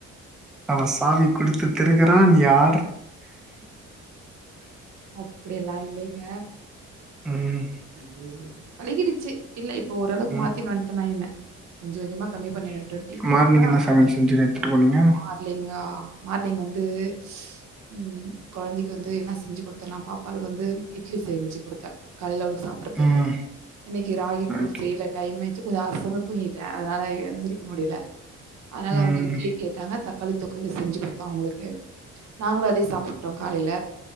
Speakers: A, in the centre; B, on the right.
A: அவ சாவி குடுத்து திருக்குறான் நீ ஆ
B: அப்படியல்லா இல்லைங்க
A: ம்
B: அது பழகிடுச்சு இல்ல இப்ப ஓரளவுக்கு
A: ம்
B: மாத்தினு வந்துட்டேனா என்ன கொஞ்சம் கொஞ்சமா கம்மி பண்ணிட்டு வன்டே
A: மார்னிங்
B: ஆனா
A: என்ன சமையல் செஞ்சு எடுத்துட்டு போனீங்க
B: மார்லங்கா மார்னிங் வந்து ஷ் ம் கொழந்தைக்கு வந்து என்ன செஞ்சு குடுத்தர்லா பாப்பாளுக்கு வந்து இட்லி செஞ்சு குடுத்தே காலையிலளுக்கு சாப்பறதுக்கு
A: ம்
B: இன்னைக்கு ராகி கூல்
A: ம்
B: செய்யல டைமே கொஞ்ச ஆசந்து தூங்கிட்டே அதனால எழுந்திரிக்க முடியல அதனால
A: ம்,
B: அவங்க இட்லி கேட்டாங்க தக்காளி தொக்கு செஞ்சு குடுத்தோ அவங்களுக்கு நாங்களு அதயே சாப்பட்டோ காலையில